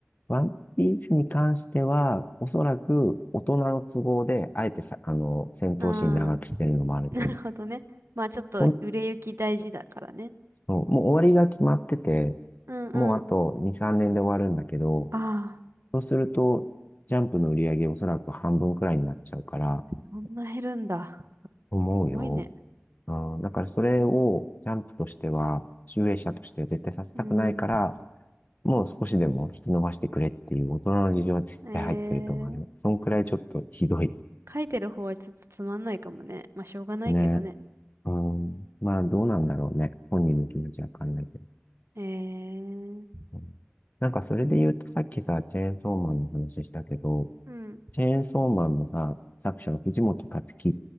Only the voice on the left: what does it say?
う、ワンピースに関しては、おそらく大人の都合で、あえてさ、あの、戦闘シーン長くしてるのもあると思う。
ほん、そうもう終わりが決まってて、
もうあと2、3年で終わるんだけど、
そうすると、ジャンプの売り上げおそらく半分くらいになっちゃうから、
思うよ。
うん、だからそれをジャンプとしては、集英社としては絶対させたくないから、
もう少しでも引き伸ばしてくれっていう大人の事情は絶対入ってると思われます。
そんくらいちょっとひどい。
ね。うん。まあどうなんだろうね。本人の気持ちはわかんないけど。
うん、なんかそれで言うとさっきさ、チェーンソーマンの話したけど、
チェーンソーマンのさ、作者は藤本達樹っ